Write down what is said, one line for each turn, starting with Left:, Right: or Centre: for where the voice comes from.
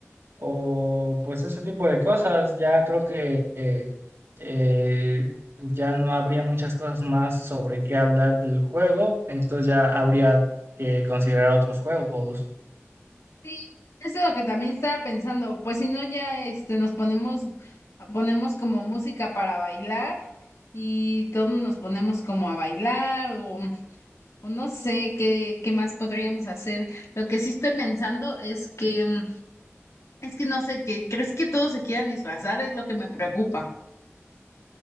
Right: o pues ese tipo de cosas, ya creo que eh, eh, ya no habría muchas cosas más sobre qué hablar del juego, entonces ya habría que considerar otros juegos.
Left: Sí, eso es lo que también estaba pensando. Pues si no, ya este, nos ponemos, ponemos como música para bailar y todos nos ponemos como a bailar o, o no sé qué, qué más podríamos hacer. Lo que sí estoy pensando es que, mm, es que no sé, que ¿crees que todos se quieran disfrazar? Es lo que me preocupa.